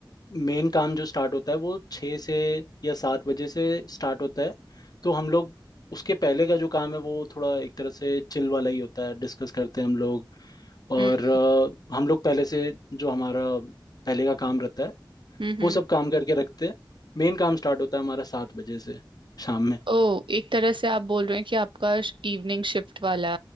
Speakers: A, on the left; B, on the right.
A: मेन काम जो स्टार्ट होता है वो छः से या सात बजे से स्टार्ट होता है तो हम लोग उसके पहले का जो काम है वो थोड़ा एक तरह से चिल वाला ही होता है डिस्कस करते हैं हम लोग और
B: हम्म
A: अ, हम लोग पहले से जो हमारा पहले का काम रहता है
B: हम्म हम्म।
A: वो सब काम करके रखते हैं मेन काम स्टार्ट होता है हमारा सात बजे से शाम में
B: ओ एक तरह से आप बोल रहे हैं कि आपका इवनिंग शिफ्ट वाला